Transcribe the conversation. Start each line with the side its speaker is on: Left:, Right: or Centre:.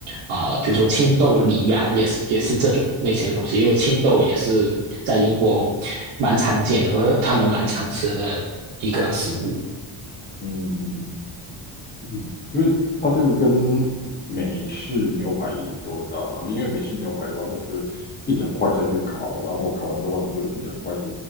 Right: 啊、呃比如说青豆梨呀、也是也是这种类型的东西，因为青豆也是在英国蛮常见和他们蛮常吃的一个食物。
Left: 嗯嗯，嗯因为它这个跟美式牛排有很大差别，因为美式牛排的话，它就是一整块下去烤，然后烤完之后就一整块